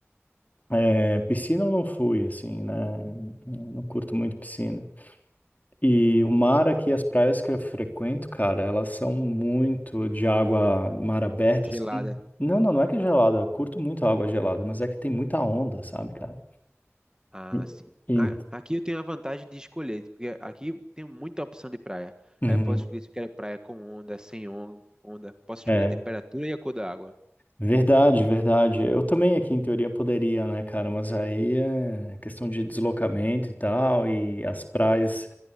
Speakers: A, on the left; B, on the right.
A: é, piscina eu não fui, assim, né? Eu Não curto muito piscina. E o mar aqui, as praias que eu frequento, cara, elas são muito de água, mar aberta,
B: Gelada.
A: assim. Não, não, não é que é gelada, eu curto muito a água gelada, mas é que tem muita onda, sabe, cara?
B: Ah,
A: E-
B: sim.
A: e-
B: A- Aqui eu tenho a vantagem de escolher, porque aqui tem muita opção de praia.
A: Uhum.
B: Aí eu posso escolher se eu quero praia com onda, sem on- onda. Posso
A: É.
B: escolher a temperatura e a cor da água.
A: Verdade, verdade. Eu também aqui em teoria poderia, né, cara? Mas aí é questão de deslocamento e tal, e as praias